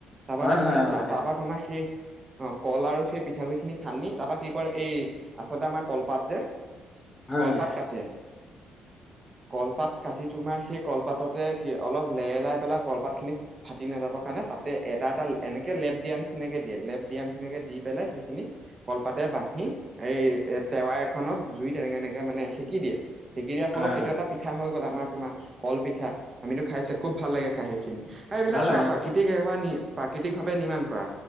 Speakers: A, on the right (about 35°); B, on the left (about 20°).
A: তাপা
B: হয়,
A: তুমি
B: হয়, অ', তাকে।
A: তাপা তোমা সেই অ', কল আৰু সেই পিঠাগু়ি খিনি সানি তাৰ পৰা কি কৰে এই আচলতে আমাৰ কলপাত যে
B: হয়,
A: কলপাত
B: হয়,
A: কাটে কলপাত কাটি তোমাৰ সেই কলপাততে কি অলপ লে লাই পেলাই কলপাত খিনিত ফাটি নাযাবৰ কাৰণে তাতে এটা এটা এনেকে লেপ দিয়াৰ নিচিনাকে দিয়ে লেপ দিয়া নিচিনাকে দি পেলাই সেইখিনি কলপাতে বান্ধি এই এ টেৱা এখনত জুই এনেকে এনেকে মানে সেকি দিয়ে হেকি দিয়াৰ ফলত
B: হয়,
A: সেইটো
B: হয়,
A: এটা পিঠা হৈ গ'ল আমাৰ তোমা কল পিঠা আমিতো খাইচে খুব ভাল লাগে খাই সেইখিনি সেই এইবিলাক
B: ভাল লাগে
A: চোৱা
B: অ',
A: প্ৰাকৃতিক বা প্ৰাকৃতিক ভাৱে নিৰ্মাণ কৰা